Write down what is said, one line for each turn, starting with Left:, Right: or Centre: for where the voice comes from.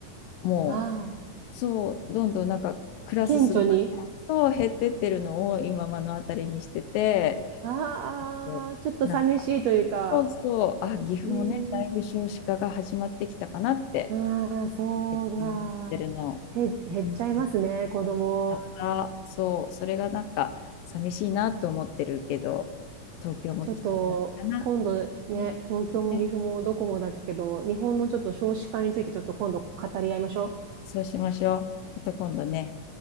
Left: もう、
Right: ああ、
Left: そう、どんどんなんか、クラス数がね、
Right: 顕著に。
Left: そう、減ってってるのを今、目の当たりにしてて、
Right: ああ、
Left: でなんか、
Right: ちょっと寂しいというか。
Left: そうそう、あ、岐阜もね、
Right: ね
Left: だいぶ少子化が始まってきたかなって、
Right: えああ、そうか。
Left: 最近思ってるの。
Right: へ、減っちゃいますね、
Left: うん
Right: 子供。
Left: から、そう、それがなんか寂しいなと思ってるけど、東京も来た同じかな。
Right: ちょっと今度ね、
Left: うん
Right: 東京も岐阜もどこもだけど、
Left: ね、
Right: 日本のちょっと少子化についてちょっと今度語り合いましょう。
Left: そうしましょう。また今度ね。